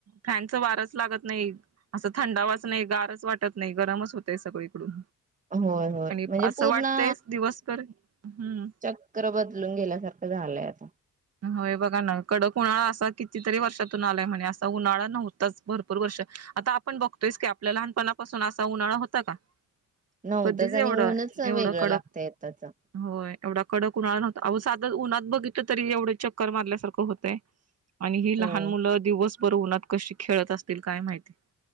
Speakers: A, on the right; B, on the right.
A: फॅनच वारच लागत नाही असं थंडावाच नाही गारच वाटत नाही गरमच होतय सगळीकडून
B: होय होय
A: आणि
B: म्हणजे
A: असं
B: पूर्ण
A: वाटतयच दिवसभर हम्म
B: चक्र बदलून गेल्यासारखं झालंय आता
A: होय बघा ना कडक उन्हाळा असा कितीतरी वर्षातून आलाय म्हणे. असा उन्हाळा नव्हताच. भरपूर वर्ष आता आपण बघतोयस की आपल्या लहानपणापासून असा उन्हाळा होता का?
B: नव्हतच
A: कधीच एवढं
B: आणि ऊनच
A: एवढं
B: वेगळं
A: कडक
B: लागतय आताचं.
A: होय एवढा कडक उन्हाळा नव्हता अओ साध उनात बघितलं तरं -- तरी एवढे चक्कर मारल्यासारखं होतयं. आणि ही
B: हो.
A: लहान मुलं दिवस -- बर उनाात कशी खेळत असतील? काय माहिती.